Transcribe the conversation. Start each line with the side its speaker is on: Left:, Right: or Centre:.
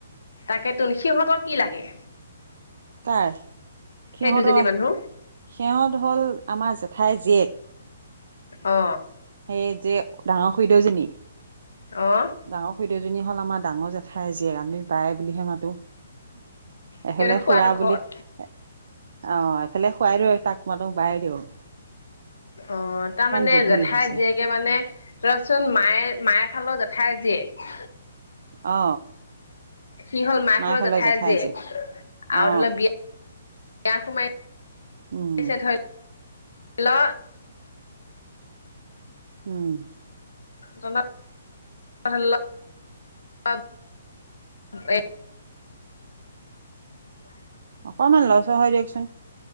Left: তাকে তোন সিহঁতৰ কি লাগে?
Right: তাৰ সিহঁতৰ
Left: সেই দুজনী মানুহ
Right: সিহঁত হ'ল আমাৰ জেঠাইৰ জীয়েক।
Left: অ।
Right: সেয়ে যে ডাঙৰ খৰিদেউ জনী
Left: অ।
Right: ডাঙৰ খুৰীদেউজনী হ'ল আমাৰ ডাঙৰ জেঠাই জীয়েক। আমি বায় বুলিহে মাতো।
Left: সি
Right: এফালে
Left: মানে খোৱাটো
Right: খুৰা
Left: ঘৰত
Right: বুলি অ এফালে খৰাই দিও তাক মাত বাই দিওঁ।
Left: অ তাৰ মানে
Right: জটিল
Left: জেঠাই
Right: হৈছে
Left: জীয়েকে মানে তৰাচোন মায়ে মায়ে ফালৰ জেঠাই জীয়েক।
Right: অ।
Left: সি হ'ল মাৰ
Right: মাইফালৰ
Left: ফালৰ জেঠাইৰ
Right: জেঠাই
Left: জীয়েক,
Right: যে অ
Left: আৰু ধৰি লও বিয়া বিয়া সোমাই
Right: উম
Left: ধৰি- ল
Right: উম।
Left: <unintelligible> <inaudible>
Right: অকমান লৰ চৰ হয় দিয়কচোন।